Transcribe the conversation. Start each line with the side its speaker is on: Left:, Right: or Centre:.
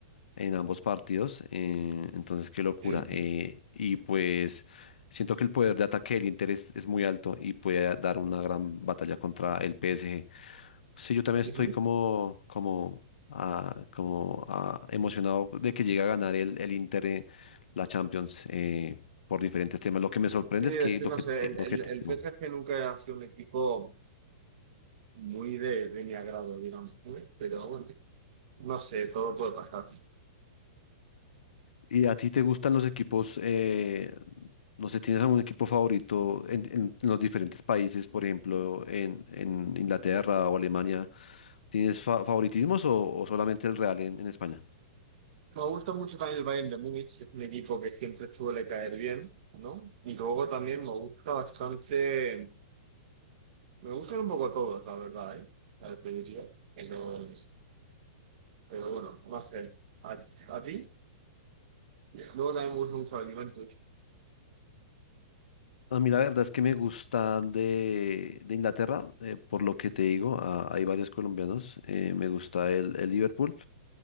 Left: en ambos partidos. eh, entonces, qué locura.
Right: Sí,
Left: eh, y pues siento que el poder de ataque del Inter es, es muy alto y puede dar una gran batalla contra el PSG. Sí, yo también estoy
Right: ujú.
Left: como, como, ah, como ah, emocionado de que llegue a ganar el, el Inter eh, la Champions eh, por diferentes temas. Lo que me sorprende
Right: Sí, es
Left: es que
Right: que
Left: lo
Right: no
Left: que,
Right: sé,
Left: eh,
Right: el,
Left: lo
Right: el,
Left: que te
Right: el
Left: digo.
Right: PSG nunca ha sido un equipo muy de, de mi agrado, digamos, ¿eh? pero bueno, no sé, todo puede pasar.
Left: ¿Y a ti te gustan los equipos? eh, no sé, ¿tienes algún equipo favorito en, en los diferentes países? Por ejemplo, en, en Inglaterra o Alemania. ¿Tienes fa- favoritismos o, o solamente el Real en en España?
Right: Me gusta mucho también el Bayern de Múnich, es un equipo que siempre suele caer bien, ¿no? Y luego también me gusta bastante, me gustan un poco todos, la verdad, ¿eh? A ver, te diría. Pero, pero bueno, más sé. ¿A, a ti? Luego también me gustan mucho los Juventus.
Left: A mí la verdad es que me gusta de, de Inglaterra, eh, por lo que te digo, ah, hay varios colombianos, eh, me gusta el, el Liverpool